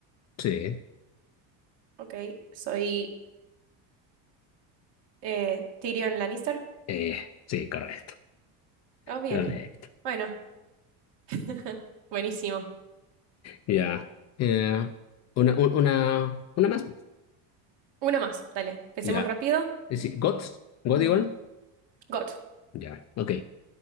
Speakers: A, on the left; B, on the right.
A: Sí.
B: Ok, soy eh, Tyrion Lannister.
A: Eh, sí, correcto.
B: Oh, bien.
A: Correcto.
B: Bueno, <laughs> buenísimo.
A: Ya. Eh, una, un- una, una más. pues.
B: Una más, dale. Pensemos
A: Ya.
B: rápido.
A: Eh, Sí. ¿Gods? ¿God
B: Mm,
A: igual?
B: Got.
A: Ya. Ok.